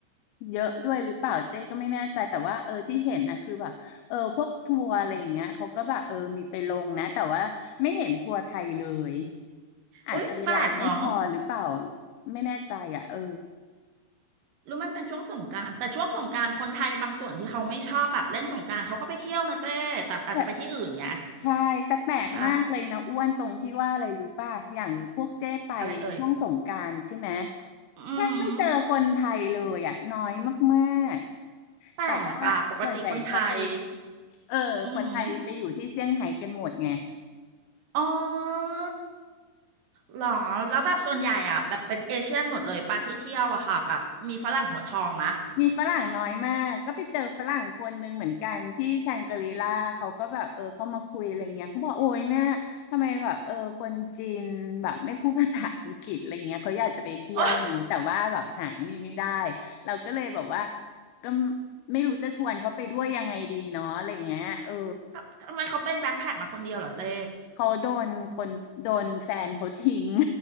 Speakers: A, on the left; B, on the right.
A: เยอะด้วยหรือเปล่าเจ๊ก็ไม่แน่ใจแต่ว่าเออที่เห็นนะคือแบบเออพวกทัวร์อะไรอย่างเงี้ยเขาก็แบบเออมีไปลงนะแต่ว่าไม่เห็นทัวร์ไทยเลยอาจจะเวลาไม่พอหรือเปล่า
B: อุยแปลกเนาะ
A: ไม่แน่ใจอ่ะเออ
B: หรือมันเป็นช่วงสงกรานต์แต่ช่วงสงกรานต์คนไทยบางส่วนที่เขาไม่ชอบแบบเล่นสงกรานต์เขาก็ไปเที่ยวนะเจ้แต่อาจจะไปที่อื่นไง
A: แต่ใช่แต่แปลกมากเลยนะอ้วนตรงที่ว่าอะไรรู้ป่ะอย่างพวกเจ๊ไปช่วงสงกรานต์ใช่ไหม
B: ใช่ปะ อะไรเอ่ยอืม
A: แทบไม่เจอคนไทยเลยอ่ะน้อยมาก
B: แปลกอ่ะปกติคนไทย
A: แต่ว่าส่วนใหญ่เขาไปเออคนไทยไปอยู่ที่เซี่ยงไฮ้กันหมดไง
B: อืม อ๋อเหรอแล้วแบบส่วนใหญ่อ่ะแบบเป็นเอเชียนหมดเลยปะที่เที่ยวอะค่ะแบบมีฝรั่งหัวทองมะ
A: มีฝรั่งน้อยมากก็ไปเจอฝรั่งคนนึงเหมือนกันที่แชงกรีลาเขาก็แบบเออเข้ามาคุยอะไรเงี้ยเขาบอกโอ้ยแม่ทำไมแบบเออคนจีนแบบไม่พูดภาษาอังกฤษอะไรเงี้ยเขาอยากจะไปเที่ยวไงแต่ว่าแบบหายนี่ไม่ได้
B: โอ้
A: เราก็เลยแบบว่าก็ไม่รู้จะชวนเขาไปด้วยยังไงดีเนาะอะไรเงี้ยเออ
B: ทำ <laughs> ทำไมเขาเป็นแบ็คแพ็คมาคนเดียวเหรอเจ๊
A: เขาโดนคนโดนแฟนเขาทิ้ง